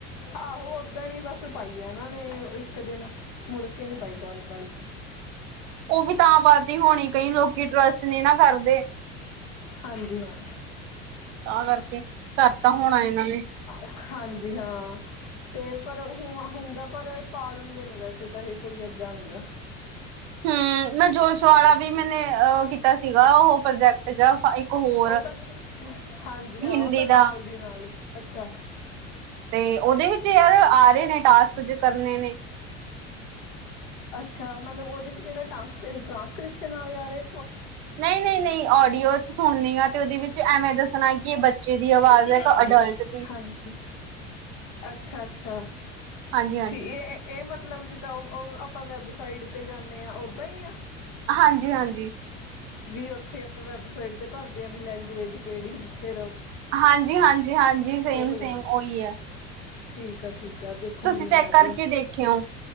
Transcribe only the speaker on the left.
ਆਹੋ ਓਦਣ ਹੀ ਬਸ ਪਾਈ ਆ ਐਨਾਂ ਨੇ ਇੱਕ ਦਿਨ ਮੁੜ ਕੇ ਨੀ ਪਾਈ ਕੋਲਿੰਗ ਵਾਲੀ ਤਾਂ।
ਹਾਂਜੀ ਹਾਂ।
ਹਾਂਜੀ ਹਾਂ ਤੇ ਪਰ ਹੁ ਹੁੰਦਾ ਪਰ ਪਾ ਦਿੰਦੇ ਨੇ ਵੈਸੇ ਤਾਂ ਇਹ ਕੋਈ ਅੱਧਾਂ ਨੀ ਗਾ।
ਉਹ ਤਾਂ ਹਾਂਜੀ ਹਾਂ
ਉਹ ਤਾਂ ਨਾਲ
ਦੀ ਨਾਲ ਹੀ ਅੱਛਾ।
ਅੱਛਾ ਮਤਲਬ ਉਹਦੇ ਚ ਕਿਹੜਾ ਟਾਂਸਕਰਿ ਟਰਾਂਸਕ੍ਰਿਪਸ਼ਨ ਆਲੇ ਆ ਰੇ
ਬਿੱਲੀ
ਰੱਖ
ਲਈ।
ਹਾਂਜੀ ਅੱਛਾ ਅੱਛਾ।
ਠੀ ਏ ਏ ਮਤ ਮਤਲਬ ਜਿੱਦਾਂ ਓ ਓ ਆਪਾਂ ਵੈਬਸਾਈਟ ਤੇ ਜਾਂਨੇ ਆਂ ਓਦਾਂ ਹੀ ਆ।
ਵੀ ਓਥੇ ਆਪਾਂ ਵੈਬਸਾਈਟ ਤੇ ਭਰਦੇ ਹਾਂ ਵੀ ਲੈਂਗਵੇਜ ਕੇੜੀ ਫੇਰ।
ਜਾਂਦੇ
ਨੇ।
ਠੀਕ ਆ ਠੀਕ। ਆ ਦੇਖੂੰਗੀ
ਮੈਂ
ਅੱਜ